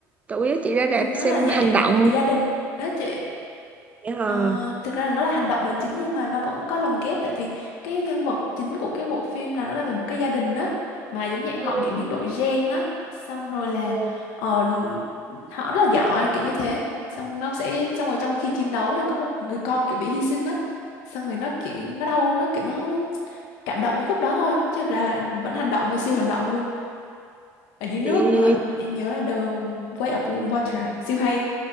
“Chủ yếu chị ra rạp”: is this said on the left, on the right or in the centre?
Right